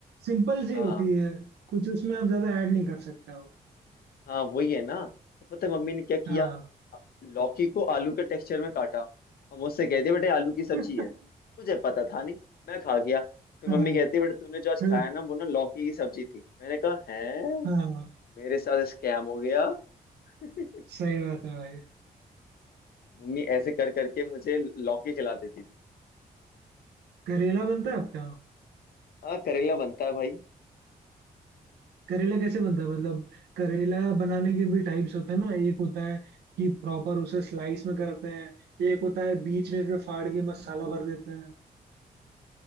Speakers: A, on the right; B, on the left.
A: सिंपल सी
B: हाँ
A: होती है कुछ उसमें आप ज्यादा ऐड नहीं कर सकते हो
B: हाँ वही है ना तो पता है मम्मी ने क्या किया
A: हाँ
B: लौकी को आलू के टेक्सचर में काटा और मुझसे कहते बेटे आलू की सब्जी
A: <laughs>
B: है मुझे पता था नहीं मैं खा गया फिर
A: हाँ
B: मम्मी कहती बेटे तूने जो आज
A: फिर
B: खाया ना वो ना लौकी की सब्जी थी मैंने कहा है
A: हाँ
B: मेरे साथ स्कैम हो गया <laughs>
A: सही बात है भाई
B: मम्मी ऐसे कर करके मुझे लौकी खिला देती थी
A: करेला बनता है आपका
B: हाँ करेला बनता है भाई
A: करेला कैसे बनता है मतलब करेला बनाने के भी टाइप्स होते हैं ना एक होता है कि प्रॉपर उसे स्लाइस में करते हैं एक होता है बीच में से फाड़ के मसाला भर देते हैं